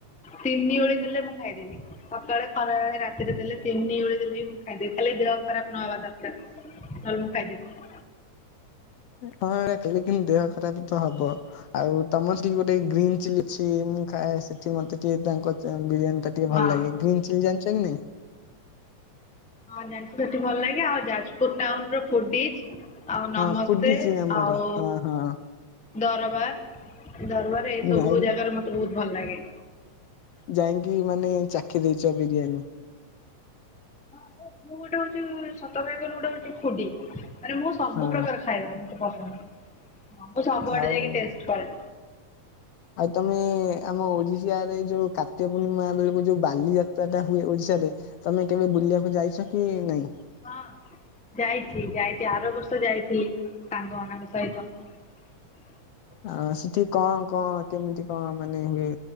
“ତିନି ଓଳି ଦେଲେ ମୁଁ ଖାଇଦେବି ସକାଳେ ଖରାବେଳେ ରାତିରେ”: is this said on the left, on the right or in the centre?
Centre